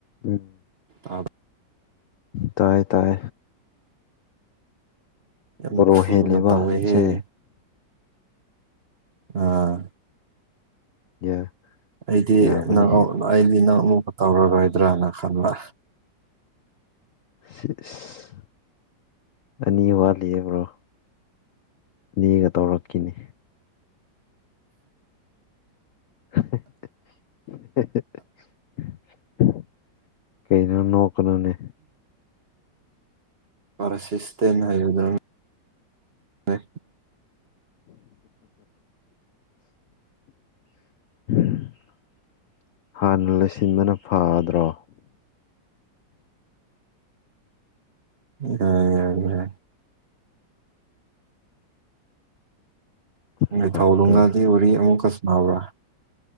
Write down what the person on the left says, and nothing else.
ꯎꯝ
ꯇꯥꯏ ꯇꯥꯏ
ꯕꯣꯔꯣ
ꯍꯦꯜꯂꯤꯕ
ꯍꯧꯖꯤꯛꯁꯦ
ꯌꯥ
ꯌꯥꯕꯅꯤ
ꯁꯤꯁ ꯑꯅꯤ ꯋꯥꯠꯂꯤꯑꯕ꯭ꯔꯣ ꯑꯅꯤꯒ ꯇꯧꯔꯛꯈꯤꯅꯤ <inaudible> ꯀꯩꯩꯅꯣ ꯅꯣꯛ ꯀꯅꯨꯅꯦ
<inaudible> ꯍꯥꯟꯅ ꯂꯩꯁꯤꯟꯕꯅ ꯐꯗ꯭ꯔꯣ
ꯊꯕꯛꯇꯣ